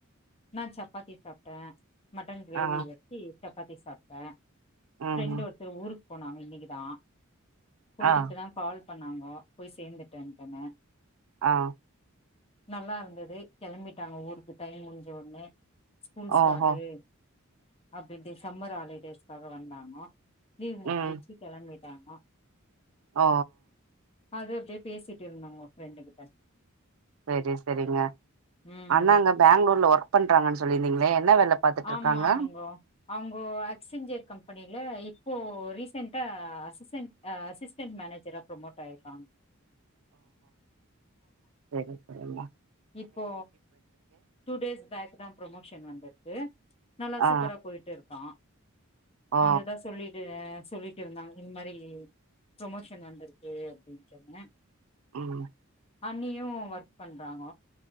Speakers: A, on the left; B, on the right.
A: நா சப்பாத்தி சாப்ட்டே மட்டன் கிரேவி
B: ஆ
A: வச்சு சப்பாத்தி சாப்ட்டே
B: ம்
A: ஃப்ரெண்ட்
B: ம்.
A: ஒருத்தர் ஊருக்கு போனாங்க இன்னைக்குதா போயிட்டு
B: ஆ
A: இப்பதா கால் பண்ணாங்கோ போய் சேந்துட்டேன்டனு
B: ஆ
A: நல்லா இருந்தது கெளம்பிட்டாங்க ஊருக்கு டைம் முடிஞ்ச ஒட்னே ஸ்கூல் ஸ்டாட்டு
B: ஓஹோ
A: அப்டின்ட்டு சம்மர் ஹாலிடேஸ்காக வந்தாங்க லீவ் முடிஞ்சிச்சி
B: ம்
A: கெளம்பிட்டாங்க
B: ஆ
A: அது அப்டியே பேசிட் இருந்தாங்கோ ஃப்ரெண்டு கிட்ட
B: செரி செரிங்க
A: ம்
B: அண்ணாங்க பேங்களூர்ல ஒர்க் பண்றாங்கன் சொல்லிருந்தீங்ளே என்ன வேல பாத்துட்டு
A: ஆமாங்கோ
B: இருக்காங்க
A: அவுங்கோ ஆக்ஸ்சஞ்சர் கம்பனியில இப்போ ரீசண்ட்டா அசிஸன் அ அசிஸ்டன்ட் மேனேஜரா ப்ரோமோட் ஆயிருக்காங்
B: செரி செரிங்க
A: இப்போ டூ டேஸ் பேக் தா ப்ரோமோஷன் வந்த து நல்லா சூப்பரா
B: ஆ
A: போய்ட்டு இருக்கா
B: ஓ
A: அந்ததா சொல்லிட்டு சொல்லி ட்ருந்தாங்க இந் மாரி ப்ரோமோஷன் வந்திருக்கு அப்டின் சொன்ன
B: ம்
A: அன்னியு ஒர்க் பண்றாங்க